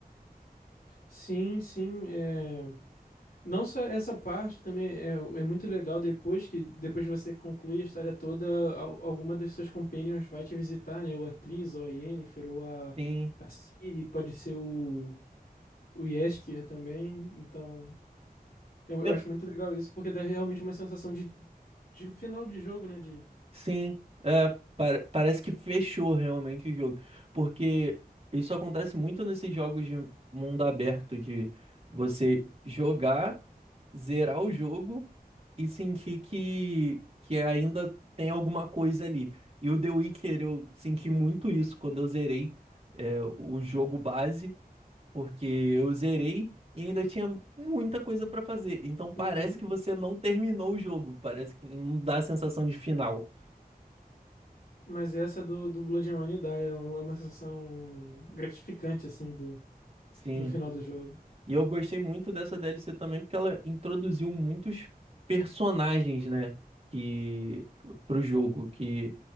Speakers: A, on the left; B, on the right.
A: Sim, sim. é, Não só essa parte também é, é muito legal depois que depois de você concluir a história toda, al- alguma das suas companions vai te visitar, né? Ou a Triss, ou a Yennefer, ou a,
B: Sim,
A: a Ciri, pode ser o, o Jeskier também. Então Eu,
B: eu,
A: eu acho muito legal isso, porque dá realmente uma sensação de, de final de jogo, né? De...
B: sim, é, pare- parece que fechou realmente o jogo, porque isso acontece muito nesses jogos de mundo aberto, de você jogar zerar o jogo e sentir que, que ainda tem alguma coisa ali. E o The Witcher, eu senti muito isso quando eu zerei é, o jogo base, porque eu zerei e ainda tinha muita coisa pra fazer. Então parece
A: Uhum.
B: que você não terminou o jogo, parece que não dá a sensação de final.
A: Mas essa do, do Blood and Wine dá, é uma é uma sensação gratificante, assim, do,
B: Sim.
A: do final do jogo.
B: E eu gostei muito dessa DLC também porque ela introduziu muitos personagens, né, que pro jogo que